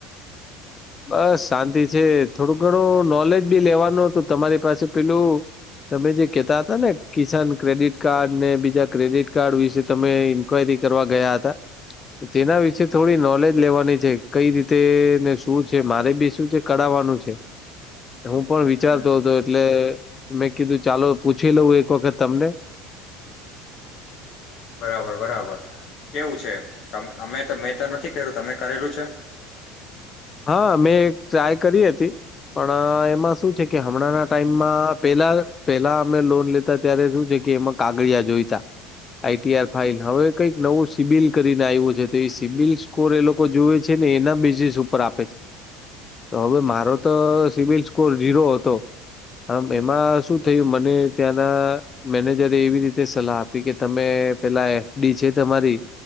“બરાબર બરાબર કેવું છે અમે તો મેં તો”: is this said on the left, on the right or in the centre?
Left